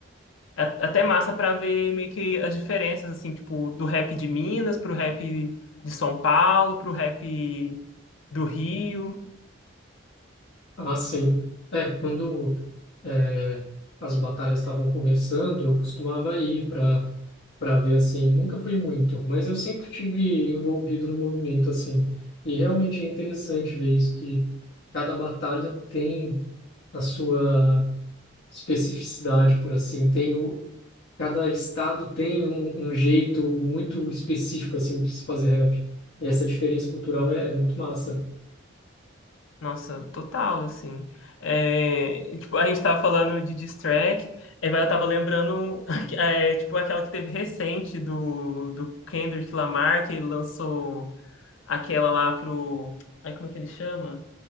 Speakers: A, on the left; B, on the left.
A: É até massa pra ver meio que as diferenças, assim, tipo, do rap de Minas pro rap de São Paulo, pro rap do Rio.
B: Ah, sim. É, quando é, as batalhas estavam começando, eu costumava ir para para ver assim. Nunca fui muito, mas eu sempre tive envolvido no movimento assim. E realmente é interessante ver isso, que cada batalha tem a sua especificidade, por assim, tem o, cada estado tem um, um jeito muito específico assim de se fazer rap. E essa diferença cultural é, é muito massa
A: Nossa, total, assim. É, e, tipo, a gente tava falando de diss track, aí vai- eu tava lembrando, <laughs> é, tipo, aquela que teve recente do, do Kendrick Lamar, que lançou aquela lá pro... Ai, como é que ele chama?